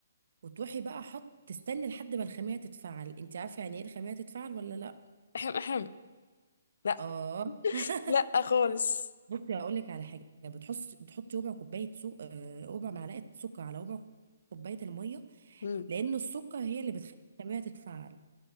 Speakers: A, on the right (about 65°); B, on the left (about 65°).
A: وتروحي بقى حط تستني لحد ما الخميره تتفعل انت عارفه يعني ايه الخميره تتفعل ولا لا
B: احم احم لا
A: اه <laughs>
B: لا خالص
A: بصي هقول لك على حاجه بتحط بتحطي ربع كوبايه سو... آه، ربع معلقه سكر على ربع كوبايه الميه
B: امم
A: لان السكر هي اللي بتخلي الخميره تتفعل